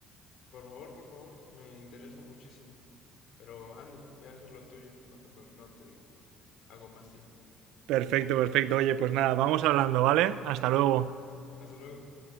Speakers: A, on the left (about 65°); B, on the right (about 75°).
A: por favor, por favor, me interesa muchísimo. Pero anda, ve a hacer lo tuyo, no te, no te hago más tiempo.
B: Perfecto, perfecto. Oye, pues nada, vamos hablando, ¿vale? Hasta luego.
A: Hasta luego.